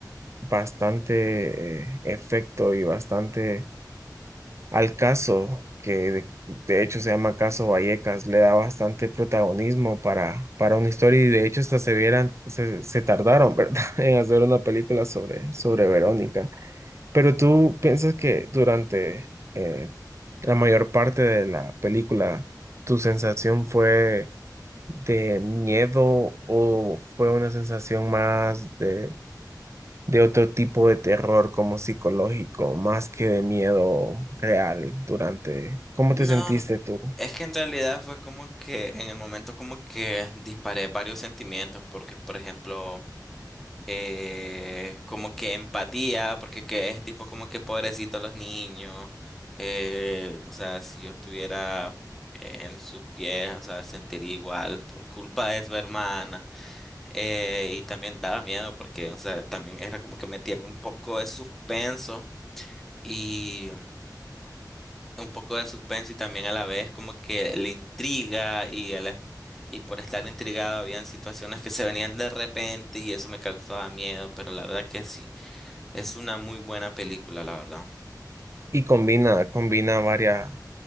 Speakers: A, on the right; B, in the centre.
A: bastante eh, efecto y bastante al caso, que de, de hecho se llama Caso Vallecas, le da bastante protagonismo para, para una historia y de hecho hasta se vieran, se, se tardaron, <laughs> ¿verdad?, en hacer una película sobre, sobre Verónica. Pero tú piensas que durante eh, la mayor parte de la película, tu sensación fue de miedo o fue una sensación más de de otro tipo de terror como psicológico, más que de miedo real durante... ¿Cómo
B: No,
A: te sentiste tú?
B: es que en realidad fue como que en el momento como que disparé varios sentimientos, porque por ejemplo, eh, como que empatía, porque que es tipo como que pobrecito los niños, eh, o sea, si yo estuviera eh, en sus pies, o sea, sentiría igual por culpa de su hermana, eh, y también daba miedo porque, o sea, también era como que metían un poco de suspenso. Y un poco de suspenso y también a la vez como que le intriga y, el- y por estar intrigado habían situaciones que se venían de repente y eso me causaba miedo, pero la verdad que sí, es una muy buena película, la verdad.
A: Y combina, combina varias,